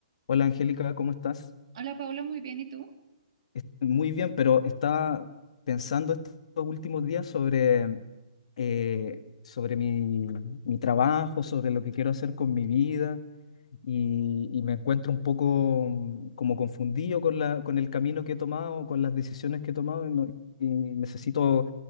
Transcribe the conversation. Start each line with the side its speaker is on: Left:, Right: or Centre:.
Left: Hola Angélica, ¿cómo estás?
Right: Hola Paula, muy bien, ¿y tú?
Left: Est- Muy bien, pero estaba pensando estos últimos días sobre, eh, sobre mi, mi trabajo, sobre lo que quiero hacer con mi vida y, y me encuentro un poco mm, como confundido con la, con el camino que he tomado, con las decisiones que he tomado y, no- y necesito